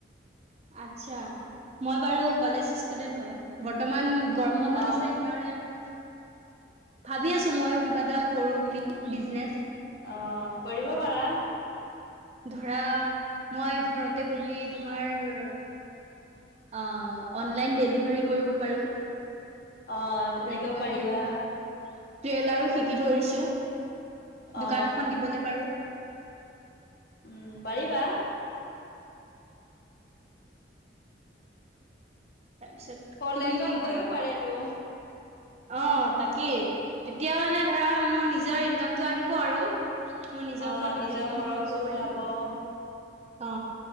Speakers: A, on the right (about 35°); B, on the left (about 55°).
A: আচ্ছা, মই বাৰু কলেজ ষ্টুডেন্ট হয় বৰ্তমান গৰম বন্ধ
B: অ
A: দিছে, সেইকাৰণে আৰু ভাবি আছো, মইো কিবা এটা কৰো বুলি বিজনেচ
B: অ', কৰিব পাৰা
A: ধৰা, মই ঘৰতে বহি তোমাৰ অ', অলাইন ডেলিভাৰী কৰিব পাৰো
B: অ', তেনেকেও
A: আৰু কিবা
B: পাৰিবা
A: কিবি ধৰা ট্ৰেইলাৰো শিকি ধৰিছো,
B: অ
A: দোকান এখন দিবলৈ পাৰো
B: উম, পাৰিবা
A: তাৰপিছত
B: কলেজত
A: তুমি কি ভাবা?
B: গৈয়ও পাৰে তো
A: অ', তাকেই তেতিয়া মানে ধৰা মোৰ নিজৰ ইনকামটো আহিব আৰু মই নিজৰ
B: অ
A: ওপৰত ডিপেণ্ডে
B: খৰচো
A: হব
B: ওলাব
A: পাৰিম।
B: অ',
A: অ',